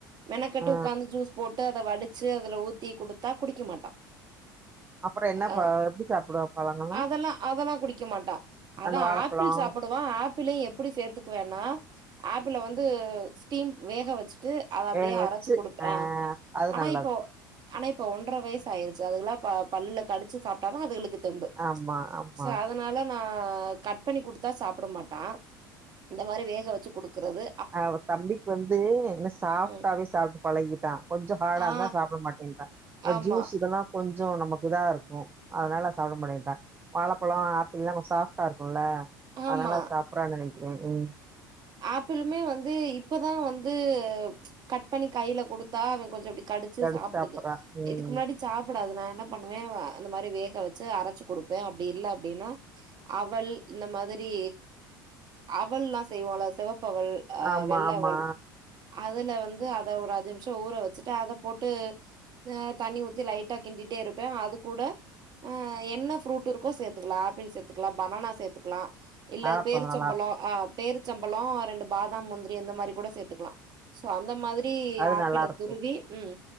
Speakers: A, on the right; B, on the right.
A: மெனக்கட்டு
B: ஆ
A: உக்காந்து ஜூஸ் போட்டு அத வடுச்சு அதுல ஊத்தி குடுத்தா குடிக்க மாட்டா
B: அப்புறம் என்ன
A: ம்ச் அ
B: ப எப்படி சாப்பிடுவா பழங்கள்லாம்?
A: அதெல்லா அதெல்லா குடிக்க மாட்டா அதா
B: அந்த வாழைப்பழம்
A: ஏப்பிள் சாப்பட ப்டுவா ஏப்பிளே எப்புடி சேத்துக்குவேனா ஏப்பிள வந்து ஸ்டீம் வேக வெச்சுட்டு அத அப்டியே
B: வேக வச்சு
A: அரச்சு குடுப்ப ஆ
B: அது
A: ஆனா
B: நல்லது.
A: இப்போ ஆனா இப்ப ஒன்ற வயிசு ஆயிருச்சு அதுகல்லா பா பல்லுல கடுச்சு சாப் டாதா அதுக்குளுக்கு தெம்பு
B: ஆமா, ஆமா.
A: சோ அதனால நா கட் பண்ணி குடுத்தா சாப்புட மாட் டா இந்த மாரி வேக வெச்சு குடுக்கறது
B: ஆ ஒரு தம்பிக் வந்து இன்னு சாஃப்ட்டாவே
A: ம்
B: சாப்டு பழகிட்டா கொஞ்சோ ஹாடா
A: ஆ
B: இருந்தா சாப்புட மாட்டேன்றா இந்த
A: ஆமா
B: ஜூஸ் இதெல்லா கொஞ்சோ நமக்கு இதா இருக்கு அதுனால சாப்புட மாட்டேன்டா வாழப்பழோ ஏப்பிள் எல்லா கொஞ்சோ சாஃப்டா இருக்குல்ல
A: ஆமா
B: அதனால சாப்புறான் நெனைக்கிற ம்
A: ஏப்பிளுமே வந்து இப்பதா வந்து கட் பண்ணி கைல குடுத்தா அவே கொஞ்சோ அப்டி கடுச்சு
B: கடிச்சு
A: சாப்புடுது
B: சாப்பிடுறான். ம்.
A: இதுக்கு முன்னாடி சாப்புடாது நா என்ன பண்ணுவே அந்த மாரி வேக வெச்சு அரச்சு குடுப்பே அப்டி இல்ல அப்டின்னா அவள் இந்த மாதிரி அவள்ளாஸ் செய்வாளோ செவப்பவுல் அ
B: ஆமா,
A: வெள்ள
B: ஆமா.
A: அவள் அதுல வந்து அத ஒரு அஞ்சு நிம்ஷோ ஊற வெச்சுட்டு அத போட்டு ஆ தண்ணி ஊத்தி லைட்டா கிண்டிட்டே இருப்ப அது கூட ஆ என்ன ஃப்ரூட் இருக்கோ சேத்துக்கலா ஆப்பிள் சேத்துக்கலா பனானா சேத்துக்கலா இல்ல
B: வாழைப்பழம்
A: பேருச்சம்பழோ
B: நல்லா
A: ஆஹ் பேருச்சம்பழோ ரெண்டு பாதாம் முந்திரி அந்த மாரி கூட சேத்துக்கலா சோ அந்த மாதிரி
B: அது
A: ஆப்பிள
B: நல்லா இருக்கு
A: துருவி ம்